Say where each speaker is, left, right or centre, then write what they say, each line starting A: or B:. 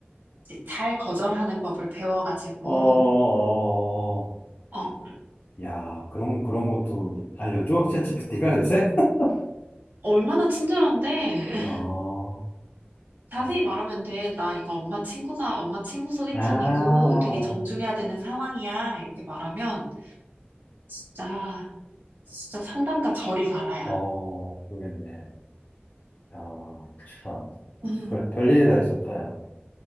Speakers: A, on the right; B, on the left.
A: 이제 잘 거절하는 법을 배워가지고,
B: 어, 어. 어, 어.
A: 어,
B: 야, 그런, 그런 것도 알려줘? 챗GPT가 요새? <laughs>
A: 얼마나 친절한데?
B: 어,
A: 자세히
B: 아,
A: 말하면 돼. 나 이거 엄마 친구가 엄마 친구 소개팅이고
B: 아, 아.
A: 되게 정중해야 되는 상황이야. 이렇게 말하면 진짜 진짜 상담가 저리 가라야.
B: 어, 모르겠네. 아, 참.
A: 음,
B: 별, 별일이 다 있었다, 야.